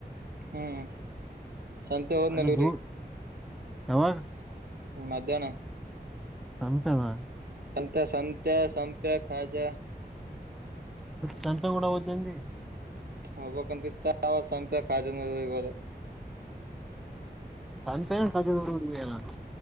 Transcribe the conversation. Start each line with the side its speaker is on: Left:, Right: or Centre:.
Right: ಹ್ಮ್ ಸಂತೆ ಹೋದ್ ನಲೂರಿ
Centre: ಅದು ಯಾವಾಗ
Right: ಹ್ಮ ಮಧ್ಯಾಹ್ನ
Centre: ಸಮಿಟದಾ
Right: ಸಂತ್ಯ ಸಂತ್ಯ ಸಂಪ್ಯಾಕಾಜ
Centre: ಸಂತ್ಯಾನ ಕೂಡ ಹೋಯ್ತೆನಂದಿ
Right: ಹೋಗ್ಬಕ್ಂತ ಇತ್ತ ಅವ ಸಂಪೆ ಕಾಜ ನೀ ಹೊದ
Centre: ಸಂತೆ ಕಾಜನ ಊರಿಗೆ ಹೋಗನ